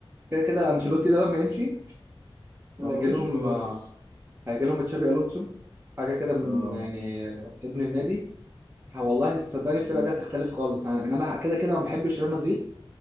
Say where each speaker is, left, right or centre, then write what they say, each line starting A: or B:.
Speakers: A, on the right; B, on the right.
A: كده كده انشيلوتي ده لما يمشي
B: هو
A: هيجي
B: مشي
A: لهم
B: خلاص
A: آه، هيجي لهم تشابي الونسو حاجه كده من
B: اه
A: يعني آه، ابن النادي ه- والله تصدقني
B: مم.
A: الفرقه دي هتختلف خالص انا يعني انا كده كده ما بحبش ريال مدريد